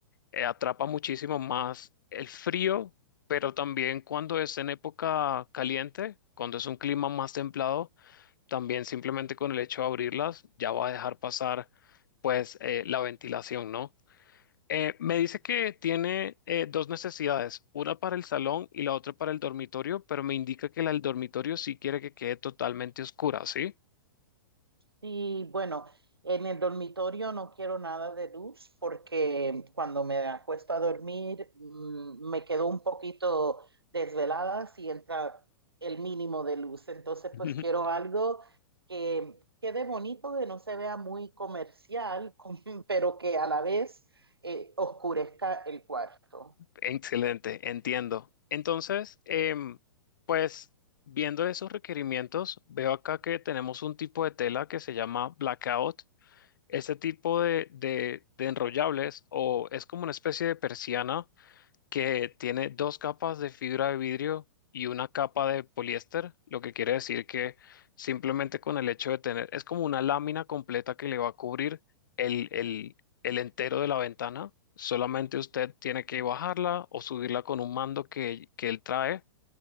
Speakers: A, on the left; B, on the right.
A: eh, atrapa muchísimo más el frío, pero también cuando es en época caliente, cuando es un clima más templado, también simplemente con el hecho de abrirlas ya va a dejar pasar pues eh, la ventilación, ¿no? Eh, me dice que tiene eh, dos necesidades, una para el salón y la otra para el dormitorio, pero me indica que la del dormitorio sí quiere que quede totalmente oscura, ¿sí?
B: Sí, bueno, en el dormitorio no quiero nada de luz porque cuando me acuesto a dormir mm, me quedo un poquito desvelada si entra el mínimo de luz. Entonces,
A: <laughs>
B: pues quiero algo que quede bonito, que no se vea muy comercial, <laughs> con- pero que a la vez eh, oscurezca el cuarto.
A: Excelente, entiendo. Entonces, em, pues viendo esos requerimientos, veo acá que tenemos un tipo de tela que se llama blackout. Este tipo de, de, de enrollables o es como una especie de persiana que tiene dos capas de fibra de vidrio y una capa de poliéster, lo que quiere decir que simplemente con el hecho de tener, es como una lámina completa que le va a cubrir el, el, el entero de la ventana. Solamente usted tiene que bajarla o subirla con un mando que, que él trae